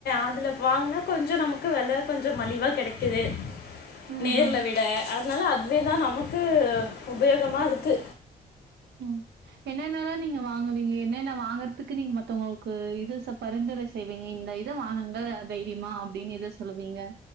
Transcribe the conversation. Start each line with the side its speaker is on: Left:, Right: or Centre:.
Left: அதுல வாங்கினா கொஞ்ச நமக்கு வெல கொஞ்ச மலிவா கெடைக்குது
Right: ம்
Left: நேர்ல
Right: ஹ
Left: வெட அ அதனால அதுவேதா நமக்கு உபயோகமா இருக்கு
Right: ம் என்னென்னன்னா நீங்க வாங்குவீங்க என்னென்ன வாங்கறதுக்கு நீங்க மத்தங்களுக்கு இது சப் பரிந்துரை செய்விங்க இந்த ஐ எத வாங்குங்க தைரியமா அப்படின்னு எத சொல்லுவீங்க